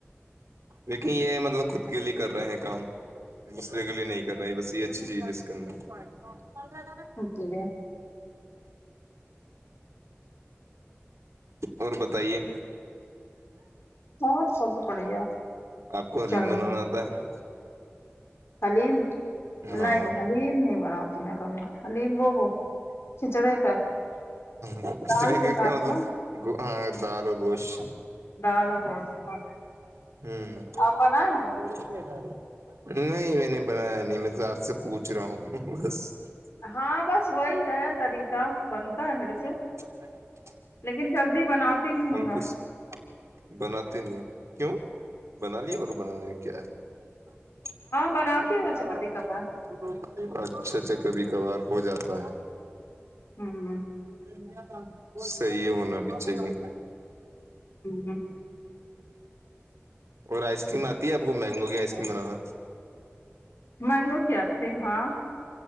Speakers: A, on the right; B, on the left.
A: لیکن یہ مطلب خود کے لیے کر رہے ہیں کام مسئرے کے لیے نہیں کر رہا بس یہ اچھی چیز ہے اس کے اندر
B: جی
A: اور بتائیے
B: اور سب بڑھیا
A: آپ کو حلیم
B: چل
A: بنانا
B: رہی
A: آتا ہے
B: حلیم
A: ہاں
B: نہیں حلیم نہیں بناتی میں کبھی حلیم وہ ہو چچڑ ہے کا <unintelligible>
A: ہ ک
B: دال
A: طقے
B: کے ساتھ
A: کیا مطلب
B: نا
A: ہاں دار و گوشت <unintelligible>
B: دال ہو <unintelligible>
A: ہ تھوڑیا
B: آپ بنائے
A: <unintelligible> نہیں میں نے بنایا نہیں میں تو آپ سے پوچھ رہا ہوں بس <unintelligible>
B: ہاں بس وہی ہے طریقہ بنتا ہے میرے سے
A: اچھا
B: لیکن جلدی بناتی نہیں
A: ہم
B: ہوں میں
A: کچھ بناتے نہیں کیوں بنا لے اور بنانے کیا ہے؟ <unintelligible>
B: بناتی
A: ہاں تو
B: ہوں
A: جا
B: ویسے
A: ہ
B: کبھی کبھار
A: ن <unintelligible> اچھا اچھا کبھی کبھار ہو جاتا ہے
B: ہوں
A: <unintelligible> صیح ہونا بھی چاہیے
B: ہوں
A: اور آئس کریم آتی ہے آپ کو مینگو کی آئس کریم بنانا
B: مینگو کی آئس کریم ہاں